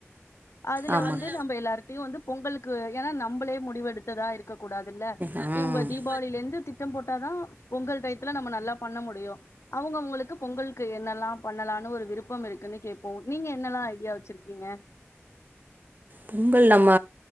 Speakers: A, on the left; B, on the right.
A: அதுல
B: ஆமாம்
A: வந்து நம்ப எல்லாருட்டயு வந்து பொங்கலுக்கு ஏன்னா நம்பளே முடிவெடுத்ததா இருக் க்க கூடாதுல்ல
B: ம்
A: எம்ப தீபாவளிலேருந்து தி திட்டம் போட்டாதா பொங்கல் டையத்துல நம்ம நல்லா பண்ண முடியு அவுங்கவுங்களுக்கு பொங்கல் இங்கு என்னெல்லாம் பண்ணலானு ஒரு விருப்பம் இருக்குன்னு கேப்போ நீங்க என்னல்லா ஐடியா வச்சிருக்கீங்க
B: பொங்கல் நம்ம